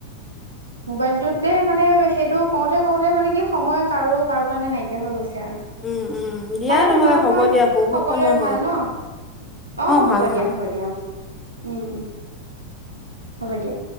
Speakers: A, on the right; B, on the left.
A: মোবাইলটোতে মানে সেইটো কওঁতে কওতে মানে কি সময় কাৰো কাৰো কাৰণে নাইকিয়া হৈ গৈছে।
B: উম উম দিয়া
A: বাৰু
B: নহ'লে
A: তোমালোকৰ
B: হ'ব দিয়া বহুত
A: সকলোৰে
B: সময় হ'ল।
A: ভাল ন? অ
B: ভাল
A: হ'ব
B: ভাল,
A: দিয়া হ'ব দিয়া অ, উম উম অ'ব দিয়া।